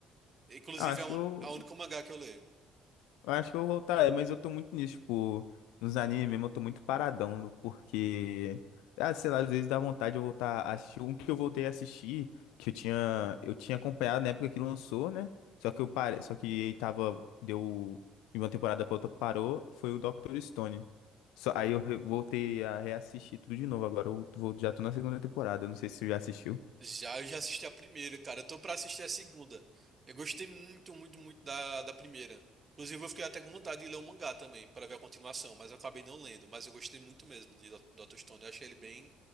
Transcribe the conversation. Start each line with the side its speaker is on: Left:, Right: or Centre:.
Right: Inclusive,
Left: <laughs> Acho
Right: é o
Left: que eu
Right: un- é o único mangá que eu leio.
Left: Eu acho que eu vou voltar, é, mas eu tô muito nisso, tipo, nos animes mesmo, eu tô muito paradão, no- porque, ah, sei lá, às vezes dá vontade de eu voltar a assistir. Um que eu voltei a assistir, que eu tinha, eu tinha acompanhado na época que lançou, né? Só que eu parei, só que ele tava, deu, de uma temporada pra outra parou, foi o Dr. Stone. Só, aí eu re- voltei a reassistir tudo de novo, agora eu vou, já tô na segunda temporada, não sei se você já assistiu.
Right: Já, eu já assisti a primeira, cara. Eu tô pra assistir a segunda. Eu gostei muito, muito, muito da, da primeira. Inclusive, eu fiquei até com vontade de ler o mangá também, pra ver a continuação, mas eu acabei não lendo. Mas eu gostei muito mesmo de Do- Dr. Stone. Eu achei ele bem,